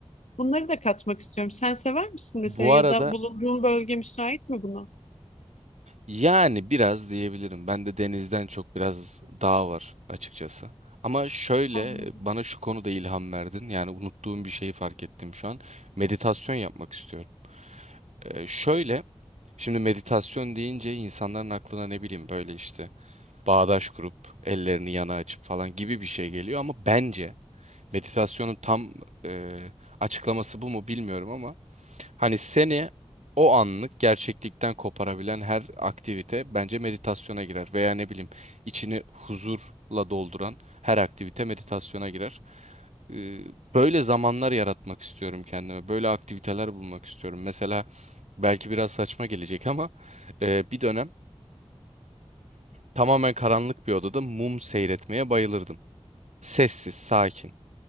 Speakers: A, on the left; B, on the right.
A: Bunları da katmak istiyorum. Sen sever misin mesela
B: Bu
A: ya
B: arada
A: da bulunduğun bölge müsait mi buna?
B: yani biraz diyebilirim. Ben de denizden çok biraz dağ var açıkçası. Ama şöyle
A: Anladım.
B: bana şu konuda ilham verdin. Yani unuttuğum bir şeyi fark ettim şu an. Meditasyon yapmak istiyorum. Ee, şöyle şimdi meditasyon deyince insanların aklına ne bileyim böyle işte bağdaş kurup ellerini yana açıp falan gibi bir şey geliyor ama bence meditasyonun tam e, açıklaması bu mu bilmiyorum ama Hani seni o anlık gerçeklikten koparabilen her aktivite bence meditasyona girer. Veya ne bileyim içini huzurla dolduran her aktivite meditasyona girer. Ee, Böyle zamanlar yaratmak istiyorum kendime. Böyle aktiviteler bulmak istiyorum. Mesela belki biraz saçma gelecek ama e, bir dönem tamamen karanlık bir odada mum seyretmeye bayılırdım. Sessiz, sakin.